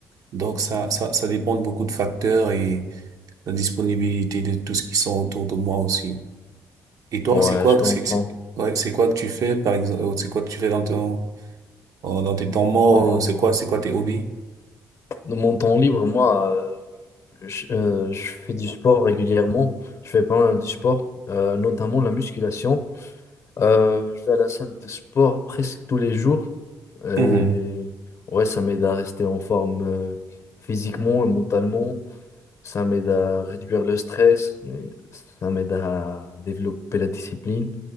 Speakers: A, on the right; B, on the left.
A: Donc ça ça ça dépend de beaucoup de facteurs et la disponibilité de tout ce qui sont autour de moi aussi. Et toi,
B: ouais,
A: c'est quoi
B: je
A: que
B: comprends.
A: c'est c'est- ouais, c'est quoi que tu fais par exemple c'est quoi que tu fais dans ton euh, dans tes temps morts,
B: Dans mon,
A: euh, c'est quoi c'est quoi tes hobbies?
B: dans mon temps libre, moi, euh, je, euh, je fais du sport régulièrement. Je fais pas mal du sport, euh, notamment la musculation. Euh, je vais à la salle de sport presque tous les jours. Et
A: Mhm.
B: ouais, ça m'aide à rester en forme euh, physiquement et mentalement. Ça m'aide à réduire le stress. et Ça m'aide à développer la discipline.